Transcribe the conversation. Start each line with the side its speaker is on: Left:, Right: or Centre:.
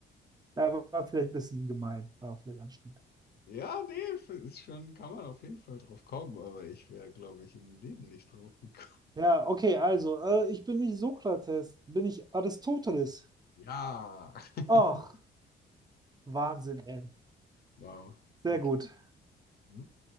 Right: Ja, war vielleicht ein bisschen gemein, war vielleicht anstrengend.
Left: ja, nee, f- ist schon, kann man auf jeden Fall drauf kommen, aber ich wäre, glaube ich, im Leben nicht drauf gekommen.
Right: Ja, okay, also, äh, ich bin nicht Sokrates, bin ich Aristoteles.
Left: Ja. <laughs>
Right: Ach, Wahnsinn, ey.
Left: Wow.
Right: Sehr
Left: Okay.
Right: gut.
Left: Hm.